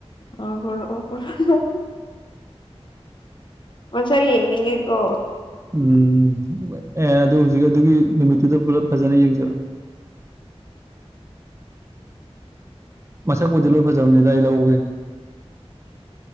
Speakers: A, on the left; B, on the right.
A: ꯑꯣ ꯄꯨꯔꯛꯑꯣ ꯄꯨꯔꯛꯑꯣ ꯃꯁꯛ ꯌꯦꯡꯅꯤꯡꯉꯤꯀꯣ
B: ꯎꯝ ꯑꯦ ꯑꯗꯨ ꯍꯧꯖꯤꯛ ꯑꯗꯨꯒꯤ ꯅꯨꯃꯤꯠꯇꯨꯗ ꯄꯨꯂꯞ ꯐꯖꯅ ꯌꯦꯡꯖꯔꯣ ꯃꯁꯛꯄꯨꯗꯤ ꯂꯣꯏ ꯐꯖꯕꯅꯤꯗ ꯑꯩ ꯂꯧꯕꯒꯤ